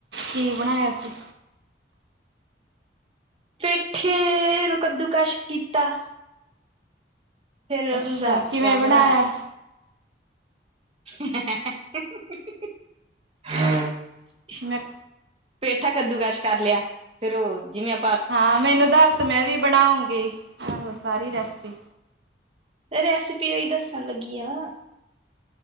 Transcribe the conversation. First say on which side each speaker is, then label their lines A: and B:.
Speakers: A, on the right (about 75°); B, on the right (about 35°).
A: ਕੀ ਬਣਾਇਆ ਸੀ?
B: ਪੈਠੇ ਨੂੰ ਕੱਦੂਕਸ਼ ਕੀਤਾ। ਫੇਰ
A: ਅੱਛਾ
B: ਉਹਨੂੰ ਦਾਖ
A: ਕਿਵੇਂ
B: ਟਾ
A: ਬਣਾਇਆ
B: ਬਣਾ ਕੇ। <inaudible>
A: ਮੈਂ
B: ਪੇਠਾ ਕੱਦੂਕਸ਼ ਕਰ ਲਿਆ, ਫੇਰ ਉਹ ਜਿਵੇ ਅ
A: ਹਾਂ ਮੈਨੂੰ ਦੱਸ, ਮੈਂ ਵੀ ਬਣਾਉਂਗੀ, ਆਹੋ ਸਾਰੀ ਰੈਸਪੀ।
B: ਰੈਸਿਪੀ ਔਈ ਦੱਸਣ ਲੱਗੀ ਆ।